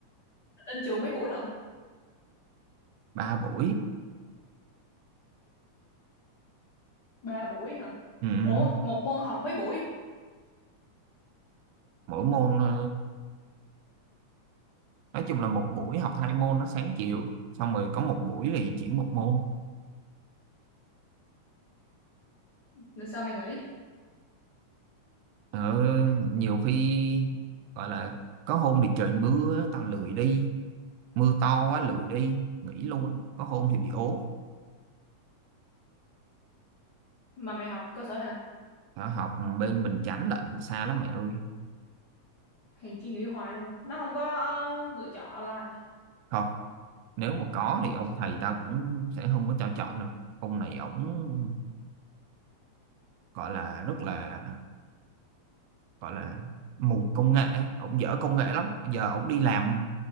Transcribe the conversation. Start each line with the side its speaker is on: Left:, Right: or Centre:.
Left: Lên trường mấy buổi lận?
Right: ba buổi
Left: ba buổi hả?
Right: ừ. ừ.
Left: Ủa, một môn học mấy buổi?
Right: mỗi môn ờ, nói chung là một buổi học hai môn nó sáng chiều xong rồi có một buổi thì chỉ một môn
Left: Là sao mày nghỉ?
Right: ừ. nhiều khi gọi là có hôm thì trời mưa tao lười đi mưa to quá lười đi nghỉ luôn có hôm thì bị ốm
Left: Mà mày học cơ sở nào?
Right: Hả, học bên Bình Chánh lận xa lắm mày ơi
Left: Hèn chi nghỉ hoài luôn. Nó không có ờ, lựa chọn online à?
Right: không nếu mà có thì
Left: Học...
Right: ông thầy tao cũng sẽ không có cho chọn đâu ông này ổng gọi là rất là gọi là mù công nghệ ổng dở công nghệ lắm giờ ổng đi làm